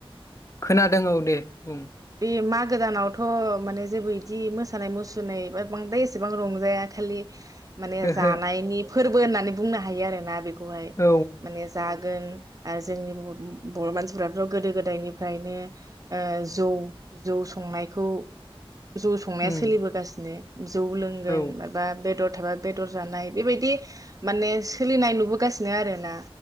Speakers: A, on the left (about 30°); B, on the right (about 35°).
A: खोनादों औ दे बुं
B: बे मागो दानावथ' माने जेबो इदि मोसानाय मुसुरनाय बा बांद्राय एसेबां रंजाया खालि माने
A: ओहो
B: जानायनि फोरबो होननानै बुंनो हायो आरोना बेख खौहाय
A: औ
B: माने जागोन ओ जोंनि बुहुत बर' मानसिफ्राथ' गोदो गोदायनिफ्रायनो ओ जौ जौ संनायखौ जौ संनाया
A: उम
B: सोलिबोगासिनो । जौ लोंगोन
A: औ उम
B: माबा बेदर। थाबा बेदर जानाय बेबायदि माने सोलिनाय नुबोगासिनो आरोना।